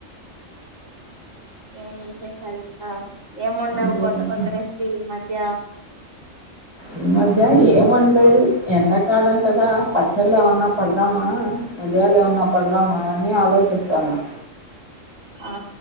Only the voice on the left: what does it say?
ఇదేంది
ఈ మధ్య ఏం వండలేదు ఎండాకాలం కదా పచ్చళ్ళు ఏమన్నా పడదామా వడియాలు ఏమన్నా పడదామా అని ఆలోచిస్తున్నా